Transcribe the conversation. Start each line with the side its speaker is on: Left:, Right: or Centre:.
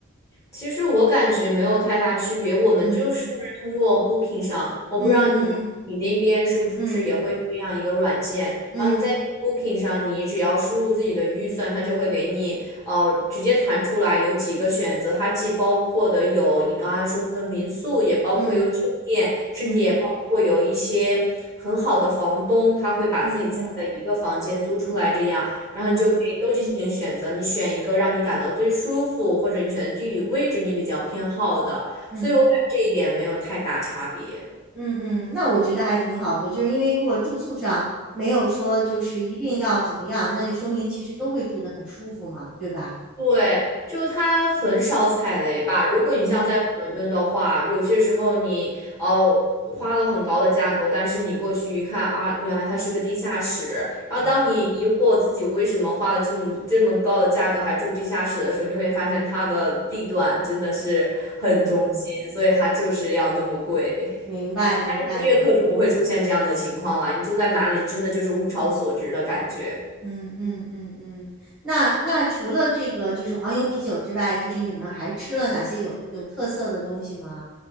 Left: 其实我感觉没有太大区别，我们就是通过
Centre: 嗯
Left: Booking 上，我不知道你你那边是不是也会有这样一个软件，
Centre: 嗯嗯嗯嗯
Left: 然后你在那个 Booking 上，你只要输入自己的预算，它就会给你呃直接弹出来有几个选择，它既包括的有你刚才说的民宿，也包括有酒店，
Centre: 嗯
Left: 甚至也包括有一些很好的房东，
Centre: 嗯
Left: 他会把自己家的一个房间租出来这样。
Centre: 嗯嗯嗯嗯嗯
Left: 然后你就可以都进行选择，你选一个让你感到最舒服，或者你选的地理位置你比较偏好的，
Centre: 嗯。
Left: 所以我感觉这一点没有太大差别。
Centre: 嗯嗯，那我觉得还挺好的，就是因为如果住宿上没有说就是一定要怎么样，那就说明其实都会住得很舒服嘛，对吧？
Left: 对，就它很少踩雷吧。如果你像在伦敦的话，
Centre: 嗯，
Left: 有些时候你哦花了很高的价格，但是你过去一看啊，原来它是个地下室。然后当你疑惑自己为什么花了这么这么高的价格还住地下室的时候，
Centre: 哦，
Left: 你会发现它的地段真的是很中心，
Centre: 嗯，
Left: 所以它就是要那么贵。
Centre: 明白明白明白，
Left: 但是音乐课就不会出现这样的情况了。你住在哪里，真的就是物超所值的感觉。
Centre: 嗯嗯嗯嗯，那那除了这个就是黄油啤酒之外，就是你们还吃了哪些有有特色的东西吗？